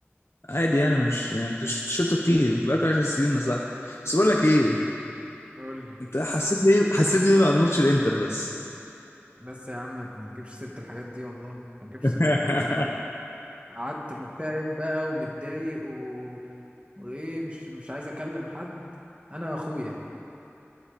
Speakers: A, on the left; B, on the right.
A: عادي يعني مش يعني انت ش- شفته كتير انت بقالك 10 سنين يا صاحبي بس بقول لك ايه
B: قول لي
A: انت حسيت بيه حسيت بيه بعد ماتش الانتر بس
B: بس يا عم ما ما تجيبش سيرة الحاجات دي والله ما تجيبش
A: <laughs>
B: سيرة الحاجات دي خالص قعدت مكتئب بقى ومتضايق و... وايه مش مش عايز اكلم حد انا واخويا